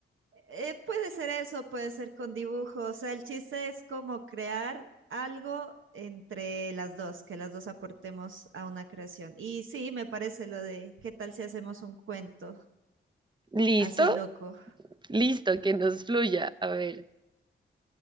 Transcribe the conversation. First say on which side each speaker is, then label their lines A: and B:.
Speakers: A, on the right; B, on the right.
A: Eh, puede ser eso, puede ser con dibujos. O sea, el chiste es como crear algo entre las dos, que las dos aportemos a una creación. Y sí, me parece lo de qué tal si hacemos un cuento
B: ¿Listo?
A: así loco.
B: Listo, que nos fluya. A ver,